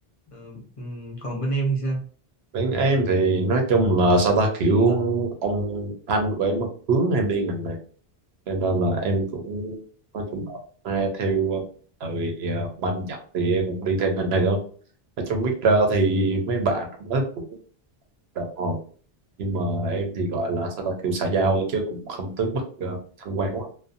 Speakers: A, on the left; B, on the right.
A: Ờ, ừm, còn bên em thì sao?
B: bên em thì nói chung là sao ta kiểu ông anh của em mất hướng em đi ngành này cho nên là là em cũng nói chung là nghe theo ờ, tại vì ờ, ông anh dặn thì em cũng đi theo ngành này thôi nói chung biết ra thì mấy bạn trong lớp cũng đàng hoàng nhưng mà em thì gọi là sao ta kiểu xã giao thôi chứ cũng không tới mức ờ, thân quen quá